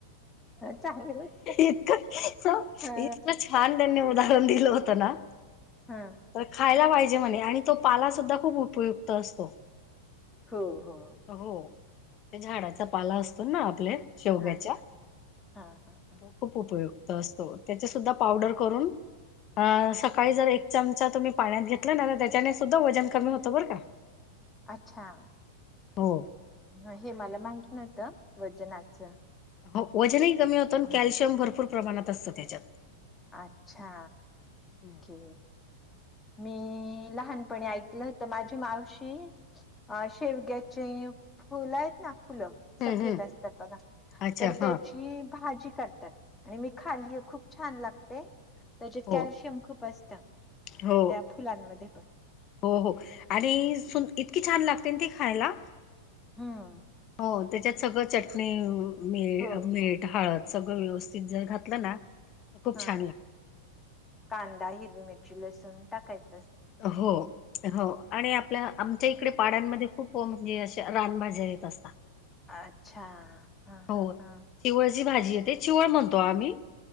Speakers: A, on the left; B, on the left.
A: चांगली गोष्ट
B: इतकं
A: हा
B: इतक छान ध्य उद दि होत ना
A: हा
B: खायला पाहिे आणि तो पाला सुद्धा खूप उपयुक्त असतो
A: हो हो
B: हो झाडाचा पाला असतो ना आपल्या शेवग्याच्या
A: हा हा हा हा.
B: खूप उपयोग असतो त्याचे सुद्धा पावडर करून अ सकाळी जर एक चमचा तुम्ही पाण्यात घेतला ना तर त्याच्याने सुद्धा वजन कमी होत बरं का
A: अच्छा
B: हो
A: ह हे मला माहित नव्हतं वजनाचं
B: हो वजनही कमी होतं आणि
A: हं.
B: कॅल्शियम भरपूर प्रमाणात असतं त्याच्यात
A: अच्छा
B: हम्म
A: के मी म लहानपणी ऐकलं होत माझी मावशी शेवग्याचे फुल आहेत ना फुलं सफेद
B: हम्म
A: असतात बघा
B: अच्छा
A: तर
B: हा
A: त्याची भाजी करतात आणि मी खाल्लीय खूप छान लागते त्याच्यात
B: हो
A: कॅल्शियम खूप असतं
B: हो
A: त्या फुलांमध्ये पण
B: हो हो आणि इतकी छान लागते ते खायला
A: हम्म
B: हो त्याच्यात सगळं चटणी मी
A: हो
B: मीठ
A: हो
B: हळद सगळं व्यवस्थित जर घातलं ना तर खूप
A: हा
B: छान
A: कांदा हिरवी मिरची लसूण टाकायच...
B: हो हो आणि आपल्या आमच्या इकडे... पाड्यांमध्ये खूप म्हणजे अ रानभज्या येत असत.
A: अच्छा... हा
B: हो
A: हा हा
B: चिवळची भाजी आहे ते चिवळ म्हणतो आम्ही